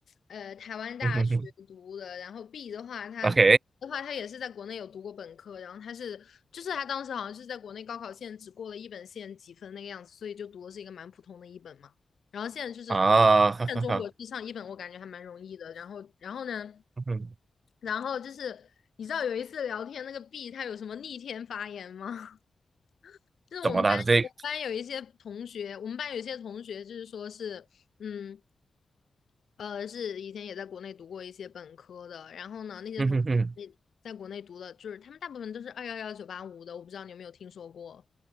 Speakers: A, on the left (about 70°); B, on the right (about 50°).
A: 呃，台湾大学读的。
B: 嗯哼哼
A: 然后 B 的话，他的话他也是在国内有读过本科，
B: ，OK
A: 然后他是就是他当时好像是在国内高考线只过了一本线几分那个样子，所以就读的是一个蛮普通的一本嘛。然后现在就是
B: 啊，哈哈哈，
A: 在中国去上一本，我感觉还蛮容易的。然后然后呢，
B: 嗯哼
A: 然后就是你知道有一次聊天那个 B 他有什么逆天发言吗？就是我们班，
B: 怎么啦？这，
A: 我们班有一些同学，我们班有一些同学就是说是，嗯，呃，是以前也在国内读过一些本科的，然后呢，那些同学那在国内读的，
B: 嗯哼哼，
A: 就是他们大部分都是二幺幺九八五的，我不知道你有没有听说过。